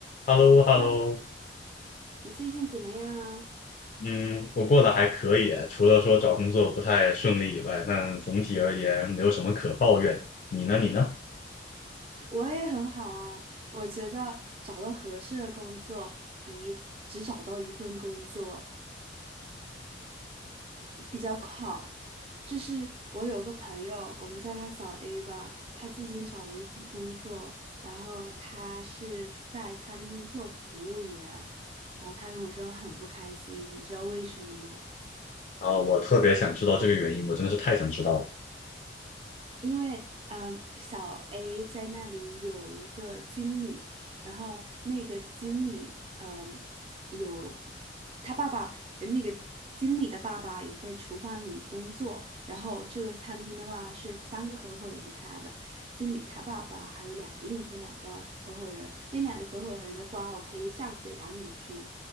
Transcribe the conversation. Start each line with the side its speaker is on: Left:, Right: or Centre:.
Left: h e l l o h e
Right: 哈，
Left: l l
Right: 喽，
Left: o
Right: 你最近怎么样啊？
Left: 嗯，我过得还可以，除了说找工作不太顺利以外，但总体而言没有什么可抱怨的。你呢？你呢？
Right: 我也很好啊，我觉得找到合适的工作比只找到一份工作比较好。就是我有个朋友，我们叫他小 A 吧，他最近找了一份工作，然后他是在餐厅做服务员，然后他跟我说很不开心，你知道为什么吗？
Left: 啊，我特别想知道这个原因，我真的是太想知道了。
Right: 因为嗯，小 A 在那里有一个经理，然后那个经理嗯有他爸爸，那个经理的爸爸也在厨房里工作，然后这个餐厅的话是三个合伙人开的，经理他爸爸还有两另一个两个合伙人，那两个合伙人的瓜我可以下次再讲给你听，